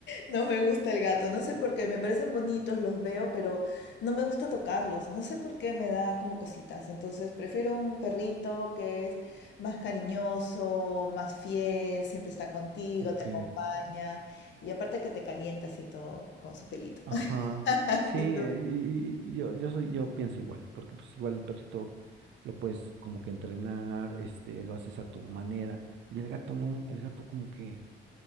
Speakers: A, on the left (about 65°); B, on the right (about 65°).
A: No me gusta el gato. No sé por qué. Me parecen bonitos, los veo, pero no me gusta tocarlos. No sé por qué me da como cositas. Entonces prefiero un perrito que es más cariñoso, más fiel, siempre está contigo,
B: ok.
A: te acompaña. Y aparte que te calientas y todo con su pelito.
B: Ajá,
A: <laughs>
B: sí,
A: Entonces,
B: eh, y, y y yo, yo soy, yo pienso igual, porque pues igual el perrito lo puedes como que entrenar, este, lo haces a tu manera, y el gato no, el gato como que,